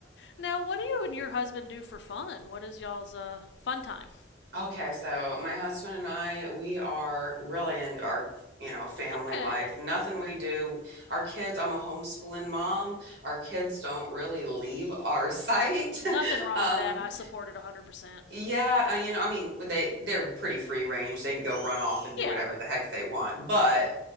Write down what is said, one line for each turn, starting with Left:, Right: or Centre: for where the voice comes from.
Left: now, what do you and your husband do for fun? What is y'all's uh fun time?
Right: Okay, so my husband and I, we are really into our, you know, family
Left: Okay.
Right: life. Nothing we do, our kids, I'm a homeschooling mom. Our kids don't really leave our site.
Left: Nothing
Right: <laughs>
Left: wrong
Right: Um,
Left: with that. I support it 100%.
Right: yeah, uh, you know, I mean, they they're pretty free range. They can go run off and do
Left: Yeah,
Right: whatever the heck they want. But